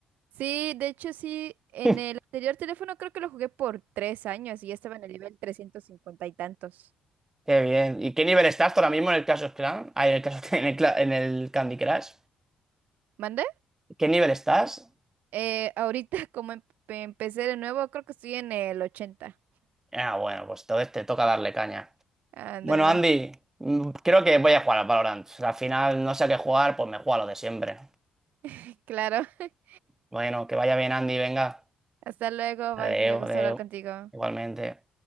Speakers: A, on the right; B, on the right.
A: Sí, de hecho sí, en
B: <laughs>
A: el anterior teléfono creo que lo jugué por tres años y ya estaba en el nivel 350 y tantos.
B: Qué bien. ¿Y qué nivel estás tú ahora
A: Sí.
B: mismo en el Clash of Clans? Ah, en el, Clash- <laughs> en el Cla- en el Candy Crush.
A: ¿Mandé?
B: ¿Qué nivel estás?
A: Eh, ahorita <laughs> como em- empecé de nuevo, creo que estoy en el ochenta
B: Ah, bueno, pues entonces te toca darle caña.
A: Ándale,
B: Bueno, Andy, mm, creo que voy a jugar al Valorant. Al final no sé a qué jugar, pues me juego a lo de siempre.
A: <laughs> claro. <laughs>
B: Bueno, que vaya bien, Andy, venga.
A: Hasta luego,
B: Adeo,
A: bye, me gustó
B: adeo.
A: hablar contigo.
B: Igualmente.